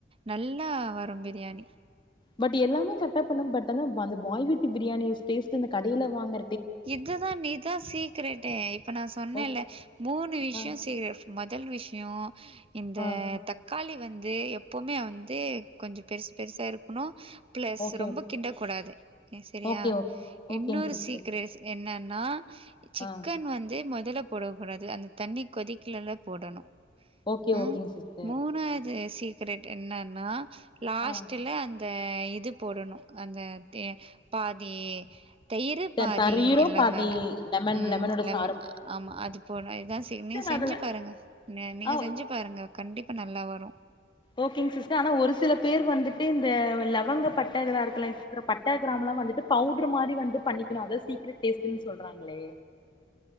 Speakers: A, on the right; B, on the left.
A: நல்லா வரு பிரியாணி
B: பட் எல்லாமே கரெக்டா பண்ண பட் ஆனா அந்த பாய் வீட்டு பிரியாணி ஸ்டேஸ்ட் அந்த கடையில வாங்க
A: இதுதா நீதா சீக்கரட்டே இப்ப நா சொன்னேல்ல
B: ஓ
A: மூணு விஷ்யோ
B: ஆ
A: செய்ற மொதல் விஷ்யோ இந்த
B: ஆ
A: தக் க்காளி வந்து எப்போவுமே வந்து கொஞ்சோ பெருசு பெருசா இருக்கனோ ப்ளஸ்
B: ஓகே
A: ரொம்ப கிட்டக்கூடாது ஏ சரியா
B: ஓகே ஓ ஓகேங்க
A: இன்னொரு
B: சிஸ்டர்
A: சீக்ரஸ் என்னன்னா சிக்கன்
B: ஆ
A: வந்து மொதல போடக்கூடாது அந்த தண்ணி கொதிக்கலல்ல போடனு
B: ஓகே
A: ம்
B: ஓகேங்க சிஸ்டர்
A: மூணாவது சீக்ரெட் என்னன்னா லாஸ்ட்ல
B: ஆ
A: அந் த இது போடனு அந்த தே பாதி தயிரு
B: தன்
A: பாதி
B: தண்ணீரும்
A: லெமனு
B: பாதி லெமன்
A: ம்
B: லெமனோட
A: லெமன்
B: சாறும்
A: ஆமா அது போட்னு இதா செய்ணு
B: சிஸ்டர்
A: நீங்க செஞ்சு
B: அதுல
A: பாருங்க அ நீங்க
B: ஆ
A: செஞ்சு பாருங்க கண்டிப்பா நல்லா வரு
B: ஓகேங் சிஸ்டர் ஆனா ஒரு சில பேர் வந்துட்டு இந்த லவங்க பட்ட இதெலா இருக்குல்ல அப்றோ பட்ட கிராம்லா வந்துட்டு பவுட்ரு மாரி வந்து பண்ணிக்கனு அது தா சீக்ரெட் டேஸ்டன்னு சொல்றாங்ளே